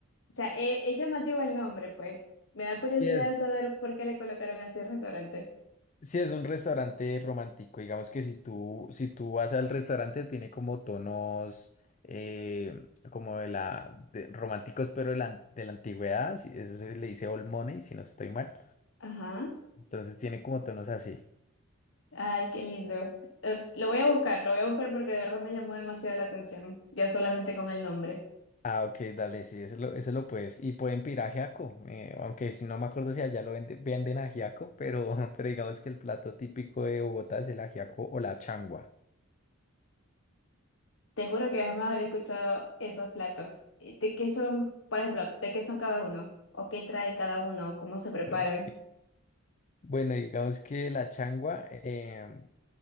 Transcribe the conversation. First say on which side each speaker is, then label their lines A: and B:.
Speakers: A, on the left; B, on the left.
A: O sea, eh, es llamativo el nombre, pues. Me da curiosidad
B: Sí es,
A: saber por qué le colocaron así el restaurante.
B: sí es un restaurante romántico. Digamos que si tú, si tú vas al restaurante, tiene como tonos eh, como de la de- románticos, pero de la, de la antigüedad. sí, Eso se le dice old money, si no estoy mal.
A: Ajá.
B: Entonces tiene como tonos así.
A: Ay, qué lindo. Eh, lo voy a buscar, lo voy a buscar porque de verdad me llamó demasiado la atención, ya solamente con el nombre.
B: Ah, ok, dale, sí, ese lo, ese lo puedes. Y pueden pedir ajiaco, eh, aunque si no me acuerdo si allá lo vende- venden ajiaco, pero, <laughs> pero digamos que el plato típico de Bogotá es el ajiaco o la changua.
A: Te juro que jamás había escuchado esos platos. Eh, ¿De qué son, por ejemplo, de qué son cada uno? ¿O qué trae cada uno? ¿Cómo se preparan?
B: Ok. Bueno, digamos que la changua, em,